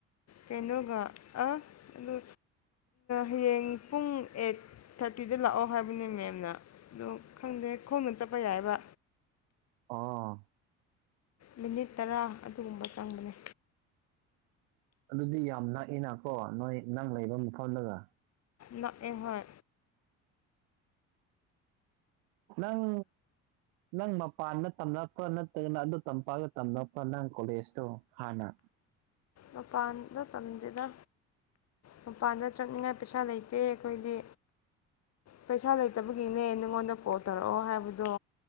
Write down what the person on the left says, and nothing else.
ꯀꯩꯅꯣꯒ ꯑ ꯑꯗꯨ ꯍꯌꯦꯡ ꯄꯨꯡ ꯑꯦꯠ ꯊꯥꯔꯇꯤꯗ ꯂꯥꯛꯑꯣ ꯍꯥꯏꯕꯅꯦ ꯃꯦꯝꯅ ꯑꯗꯣ ꯈꯪꯗꯦ ꯈꯣꯡꯅ ꯆꯠꯄ ꯌꯥꯏꯕ꯭ꯔ
ꯃꯤꯅꯤꯠ ꯇꯔꯥ ꯑꯗꯨꯒꯨꯝꯕ ꯆꯪꯕꯅꯤ
ꯅꯑ ꯍꯣꯏ
ꯃꯄꯥꯟꯗ ꯃꯇꯝꯝꯗꯅ ꯃꯄꯥꯟꯗ ꯆꯠꯅꯤꯡꯉꯥꯏ ꯄꯩꯁꯥ ꯂꯩꯇꯦ ꯑꯩꯈꯣꯏꯗꯤ ꯄꯩꯁꯥ ꯂꯩꯇꯕꯒꯤꯅꯦ ꯅꯪꯉꯣꯟꯗ ꯀꯣꯜ ꯇꯧꯔꯛꯑꯣ ꯍꯥꯏꯕꯗꯣ